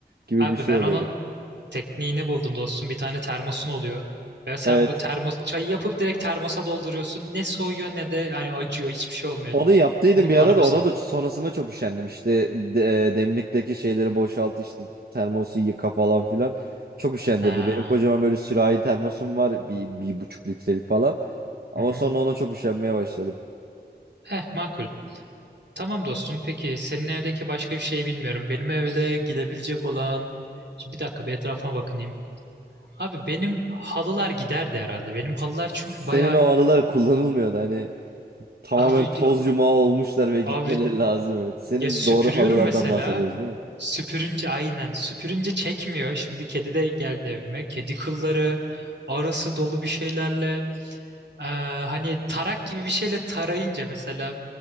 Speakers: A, on the right; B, on the right.
A: gibi
B: Abi
A: bir şey
B: ben
A: oluyordu.
B: onun tekniğini buldum dostum. Bir tane termosun oluyor. Ve sen
A: Evet.
B: bu termos çayı yapıp direkt termosa dolduruyorsun. Ne soğuyor ne de hani acıyor hiçbir şey olmuyor.
A: Onu yaptıydım
B: Bunu
A: bir
B: kullanabilirsin.
A: ara da ona da sonrasında çok üşendim. İşte de- e, demlikteki şeyleri boşalt işte termosu yıka falan filan. Çok üşendirdi.
B: Ha.
A: Benim kocaman böyle sürahi termosum var bir, bir buçuk litrelik falan. Ama
B: Hı hı.
A: sonra ona çok üşenmeye başladım.
B: Eh makul. Tamam dostum. Peki senin evdeki başka bir şey bilmiyorum. Benim evde gidebilecek olan... Şimdi bir dakika bir etrafıma bakınayım. Abi benim halılar giderdi herhalde. Benim halılar
A: Senin
B: çünkü bayağı...
A: o alılar kullanılmıyordu. Hani tamamen
B: Abi,
A: toz yumağı olmuşlar ve gitmeleri
B: abi
A: lazım. Evet. Senin
B: ya süpürüyorum
A: doğru halılardan
B: mesela.
A: bahsediyoruz değil mi?
B: Süpürünce aynen. Süpürünce çekmiyor. Şimdi kedi de geldi evime. Kedi kılları arası dolu bir şeylerle. eee, hani tarak gibi bir şeyle tarayınca mesela